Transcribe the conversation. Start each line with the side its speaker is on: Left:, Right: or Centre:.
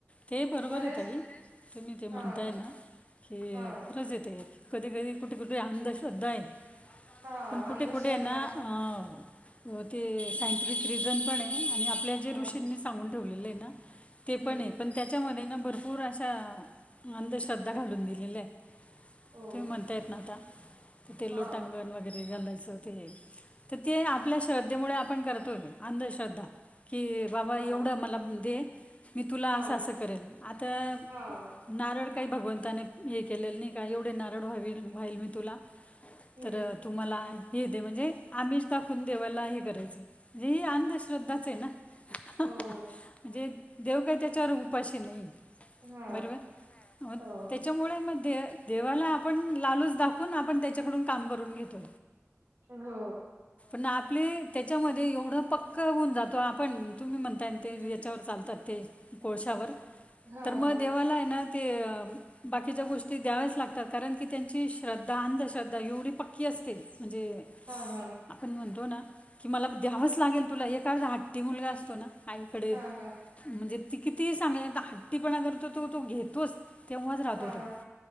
Left: ते बरोबर
Right: पण बऱ्याच
Left: आहे ताई तुम्ही ते
Right: हा
Left: म्हणताय ना. हे
Right: हा
Left: खरंच येते कधी कधी कुठे कुठे अंध श्रद्धा आहे.
Right: हा
Left: पण कुठे
Right: अंधश्रद्धा
Left: कुठे ना अ ते सायंटिफिक रिझन पण आहे. आपल्या जे
Right: हा
Left: ऋषींनी
Right: हा
Left: सांगून ठेवले ते
Right: हम्म
Left: पण आहे
Right: हम्म
Left: पण त्याच्यामधे भरपूर अशा अंधश्रद्धा घालून दिलेल्या आहे
Right: हो
Left: तुम्ही म्हणता येत ना आता ते
Right: हा
Left: लोटांगण वगैरे घालायचं ते तर ते आपल्या श्रद्धेमुळे आपण करतोय अंधश्रद्धा की बाबा
Right: हा
Left: एवढं मला दे मी तुला
Right: हा
Left: असं असं करेन आता
Right: हा
Left: नारळ तर काही भगवंताने हे केलेलं नाही का एवढे नारळ व्हा व्हाइल मी तुला
Right: हम्म
Left: तर तुम्हाला हे दे म्हणजे अमिष दाखवून देवायला हे करायचं हे ही अंधश्रद्धाच हे ना म्हणजे
Right: हो.
Left: देव काय त्याच्यावर उपाशी नाही
Right: हा
Left: बरोबर
Right: हो
Left: त्याच्यामुळे म देवाला आपण लालूच दाखवून आपण त्याच्याकडून काम करून घेतो.
Right: हो.
Left: ना आपले त्याच्यामध्ये एवढं पक्कं होऊन जातो आपण तुम्ही म्हणताय
Right: हम्म
Left: ना ते
Right: हम्म.
Left: याच्यावर चालतात. ते कोळशावर
Right: हा
Left: तर मग
Right: हा.
Left: देवाला आहे ना ते बाकीच्या गोष्टी द्याव्याच लागतात कारण की त्यांची श्रद्धा अंधश्रद्धा एवढी पक्की असते म्हणजे
Right: हा हा
Left: आपण म्हणतो ना कि मला द्यावंच लागेल तुला एखादा हट्टी मुलगा असतो ना आईकडे
Right: हा हा
Left: म्हणजे ते किती सांग हट्टीपणा करतो तो तो घेतोच तेव्हाच राहतो
Right: हा
Left: तो